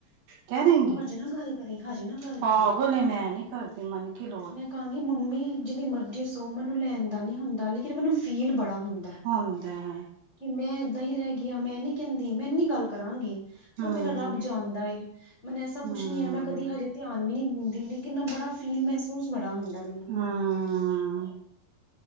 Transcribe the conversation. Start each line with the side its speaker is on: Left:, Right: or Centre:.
Right: ਕਹਿ ਦੇ
Left: ਤੂੰ
Right: ਗੀ,
Left: ਹਜੇ ਨਾ ਗੱਲ ਕਰੀ ਹਜੇ ਨਾ ਗੱਲ
Right: ਪਾਗਲੇ
Left: ਕਰੀ
Right: ਮੈਂ ਨਹੀਂ ਕਰਦੇ, ਮੰਨ ਕੇ ਲੋਰ।
Left: ਮੈਂ ਕਹਾਂਗੀ ਕਿ ਮੰਮੀ, ਜਿਹਦੀ ਮਰਜ਼ੀ ਸੋ ਮੈਨੂੰ ਲੈਣ ਦਾ ਨਹੀਂ ਹੁੰਦਾ, ਲੇਕਿਨ ਮੈਨੂੰ ਫੀਲ ਬੜਾ ਹੁੰਦਾ।
Right: ਹੁੰਦੇ ਹੈ।
Left: ਕਿ ਮੈਂ ਏਦਾਂ ਹੀ ਰਹਿ ਗਈ ਹਾ, ਮੈਂ ਨੀ ਕਹਿੰਦੀ, ਮੈਂ ਏਨੀ ਗੱਲ ਕਰਾਂਗੀ। ਕਿ
Right: ਹੂੰ
Left: ਉਹ ਮੇਰਾ ਰੱਬ ਜਾਣਦਾ ਏ, ਮੈਨੂੰ ਐਸਾ
Right: ਹੂੰ
Left: ਕੁੱਛ ਨੀ ਹੈ ਮੈਂ ਕਦੀ ਹਜੇ ਧਿਆਨ ਵੀ ਨਹੀਂ ਦਿੰਦੀ, ਲੇਕਿਨੈਂ ਬੜਾ ਫੀਲ-ਮਹਿਸੂਸ ਬੜਾ ਹੁੰਦਾ।
Right: ਹਾਂ।
Left: ਮੈਨੂੰ